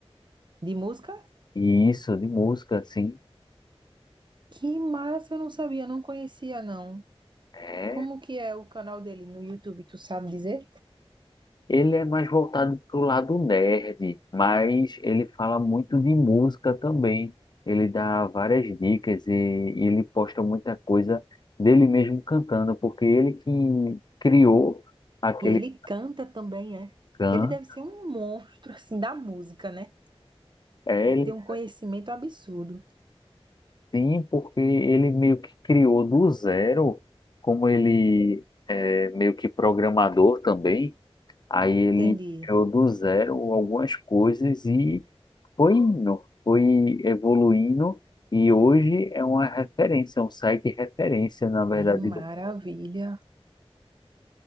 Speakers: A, on the right; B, on the left.
A: De música?
B: E isso de música, assim,
A: Que massa, eu não sabia, não conhecia, não.
B: é
A: Como que é o canal dele no YouTube, tu sabe dizer?
B: Ele é mais voltado para o lado nerd, mas ele fala muito de música também. Ele dá várias dicas e, e ele posta muita coisa dele mesmo cantando, porque ele que criou aquele
A: E ele canta também, é.
B: Taikan,
A: Ele deve ser um monstro, assim, da música, né?
B: é
A: Deve
B: ele
A: ter um conhecimento absurdo.
B: sim, porque ele meio que criou do zero, como ele é meio que programador também, aí ele
A: Entendi.
B: criou do zero algumas coisas e foi indo, foi evoluindo e hoje é uma referência, é um site referência, na verdade.
A: Que maravilha.
B: do